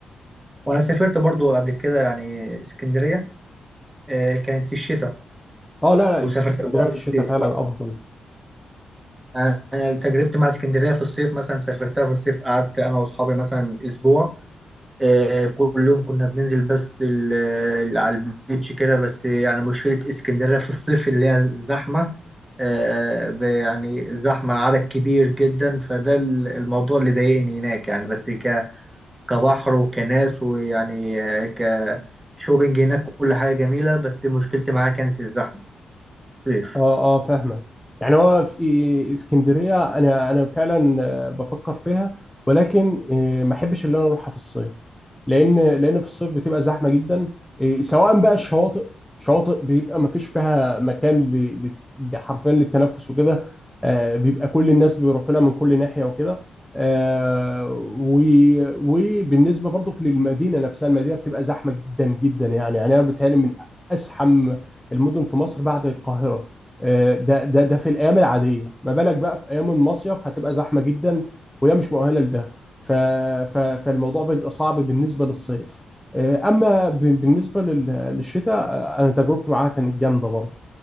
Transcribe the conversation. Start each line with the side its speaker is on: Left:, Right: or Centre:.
Right: وانا سافرت برضو قبل كده يعني اسكندرية آه، كانت في الشتاء
Centre: اه لا
Right: وسافرتها
Centre: لا اسكندريه
Right: مرة
Centre: في
Right: بالصيف
Centre: الشتاء فعلا
Right: برضو
Centre: افضل
Right: يعني أنا تجربتي مع اسكندرية في الصيف مثلا سافرتها في الصيف قعدت انا واصحابي مثلا اسبوع آه، كلهم كنا بننزل بس ال- ال- على البيتش كده بس يعني مشكلة اسكندرية في الصيف اللي هي الزحمة آه، ب- يعني زحمة عدد كبير جدا فده ال- الموضوع اللي ضايقني هناك يعني بس ك كبحر وكناس ويعني آه، كشوبينج هناك كل حاجة جميلة بس مشكلتي معاها كانت الزحمة في الصيف
Centre: اه اه فاهمك يعني هو في اسكندريه انا انا فعلا آه، بفكر فيها ولكن آه، ما احبش ان انا اروحها في الصيف لان لان في الصيف بتبقى زحمه جدا آه، سواء بقى الشواطئ شواطئ بيبقى ما فيش فيها مكان ل- ل- ل- حرفيا للتنفس وكده آه، بيبقى كل الناس بيروحوا لها من كل ناحيه وكده آه، و- وبالنسبه برضك للمدينه نفسها المدينه بتبقى زحمه جدا جدا يعني يعني انا بتهيألي من ازحم المدن في مصر بعد القاهره آه، ده ده ده في الايام العاديه ما بالك بقى في ايام المصيف هتبقى زحمه جدا وهي مش مؤهله لده ف ف فالموضوع بيبقى صعب بالنسبه للصيف آه، اما ب- بالنسبه لل- للشتاء آه، انا تجربتي معاها كانت جامده برضه